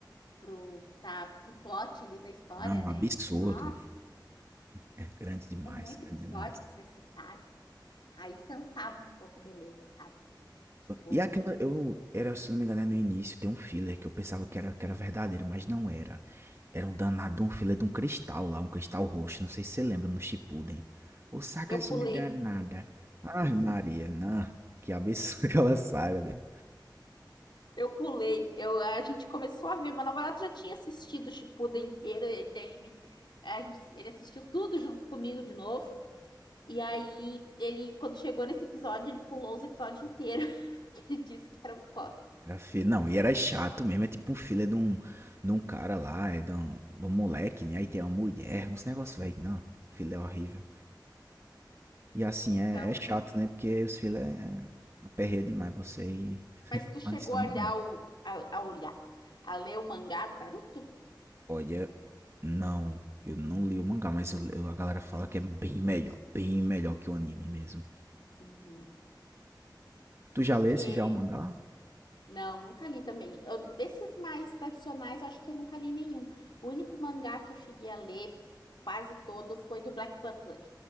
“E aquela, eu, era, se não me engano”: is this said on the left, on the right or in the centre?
Right